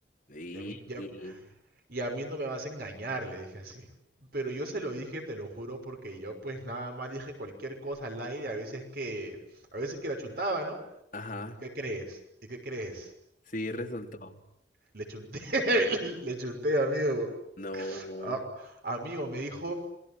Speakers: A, on the left; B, on the right.
A: Y,
B: Y a mí, y a-
A: y-
B: y a mí no me vas a engañar, le dije así. Pero yo se lo dije, te lo juro, porque yo pues nada más dije cualquier cosa al aire, a veces que, a veces que la chuntaba, ¿no?
A: ajá,
B: ¿Y qué crees? ¿Y qué crees?
A: sí resultó.
B: Le chunté, <laughs> le chunté, amigo.
A: No,
B: A- amigo, me dijo,